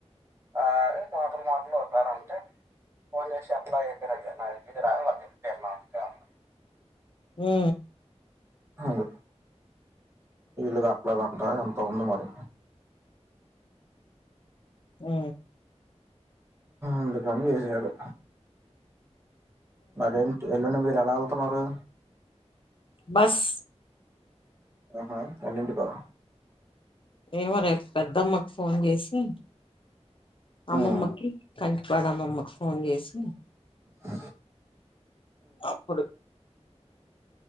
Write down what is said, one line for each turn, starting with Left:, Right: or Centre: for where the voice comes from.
Right: ఆయ్ నా తోని మాట్లాడు ఒకసారి అంతే ఫోన్ చేసి ఎట్లా ఏంటి అని అడిగా. నాకు తెలీదురా వాళ్ళు చెప్పారు మాట్లాడమని.
Left: ఊఉ
Right: అవును ఇల్లు కట్టాకలేదట ఇంత ఉంది మరి
Left: ఊ
Right: అందుకని చేసినాడు. మరేంటి ఎల్లుండి మీరు ఎలా ఎలతన్నారు
Left: బస్
Right: ఆహా ఎన్నింటికో
Left: ఏమో రేపు పెద్దమ్మకి ఫోన్ చేసి అమ్మమ్మకి
Right: ఉమ్
Left: కంకిపాడమమ్మకు ఫోన్ చేసి
Right: అ
Left: అప్పుడు